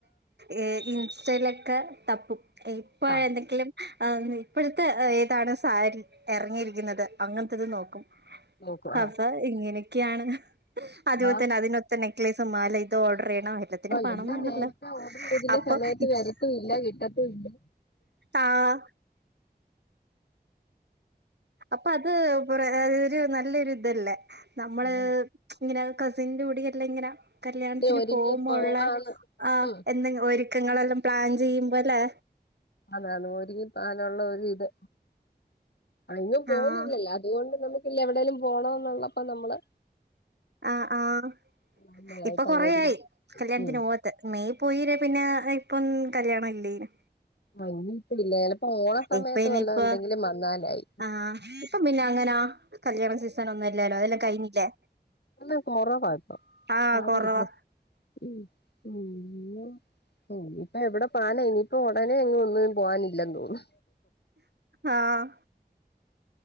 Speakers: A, on the right (about 85°); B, on the left (about 75°).
A: ഏ ഇൻസ്റ്റേല്ക്കെ തപ്പും ഇപ്പൊ
B: ആഹ്
A: എന്തെങ്കിലും ആന്ന് ഇപ്പഴത്തെ ഏതാണ് സാരി എറങ്ങിയിരിക്ക്ന്നത് അങ്ങൻത്തത് നോക്കും.
B: നോക്കും ആഹ്
A: അപ്പ ഇങ്ങനെക്കെയാണ് അതുപോതന്നെ
B: ആഹ്
A: അതിനൊ നെക്ളൈസും മാലെ ഇത് ഓഡറെയണോ എല്ലത്തിനും
B: ആഹ്
A: പണം
B: എല്ലാം
A: വേണല്ലോ
B: നേരത്തെ ഓർഡർ ചെയ്തില്ലേ
A: അപ്പൊ
B: സമയത്ത്
A: ഇച്ചി
B: വരത്തും ഇല്ല കിട്ടത്തും ഇല്ല
A: ആഹ് അപ്പൊ അത് കൊറേ ഒരു നല്ലൊരു തല്ലേ നമ്മള്
B: ആന്ന്
A: ഇങ്ങനെ കസിന്റെ മുടി കെട്ടലിങ്ങന കല്യാണത്തിന്
B: ദേ ഒരുങ്ങിപ്പോ
A: പോവുമ്പള്ള
B: ആന്ന്
A: ആ
B: ഉം
A: എന്ത ഒരുക്കങ്ങളെല്ലം പ്ലാൻ ചെയ്യുമ്പോലേ
B: അതാ അത് പോ <unintelligible> ഒരു ഇത്. അങ്ങ് പോന്നില്ലല്ലോ
A: ആഹ്
B: അതുകൊണ്ട് നമുക്ക്ല്ല എവിടെലും പോണന്നുള്ളപ്പ നമ്മള്
A: ആ ആഹ്
B: നല്ലതായിട്ട്
A: ഇപ്പൊ കൊറേയായി
B: അങ്ങ് ഒരുങ്ങി
A: കല്ല്യാൺത്തിന്
B: ഉം
A: പോവാ തെ മെയ് പോയിലെ പിന്നെ ഇപ്പം കല്ല്യാണം ഇല്ലെയ്നു.
B: ഭംഗി ഇപ്പ ഇല്ലേല് പ ഓണ സമയത്ത്
A: ഇപ്പ ഇനി ഇപ്പൊ
B: എന്തെങ്കിലും വന്നാലായി.
A: ആഹ് ഇപ്പം പിന്ന അങ്ങനാ കല്ല്യാണ സീസൺ ഒന്നയ് ഇല്ലേലോ അതെല്ലം കയിഞ്ഞില്ലേ
B: എല്ലാം കൊറവാ ഇപ്പൊ
A: ആഹ്
B: ആരും
A: കൊറവാ.
B: ഇല്ല ഉം ഉം <unintelligible> ഉം നിപ്പെ എവ്ടെ പാന ഇനിയിപ്പൊ ഒടനെ അങ്ങ് ഒന്നും പോവാനില്ലന്ന് തോന്നു
A: ആഹ്